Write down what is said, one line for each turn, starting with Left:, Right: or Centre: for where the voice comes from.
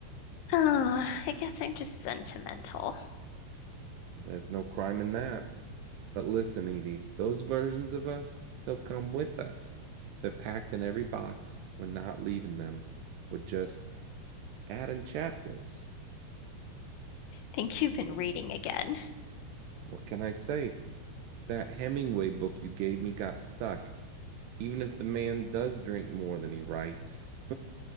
Left: Oh, I guess I'm just sentimental.
Right: There's no crime in that. But listen, Evie, those versions of us, they'll come with us. They're packed in every box. We're not leaving them. We're just adding chapters.
Left: Think you've been reading again.
Right: What can I say? That Hemingway book you gave me got stuck. Even if the man does drink more than he writes,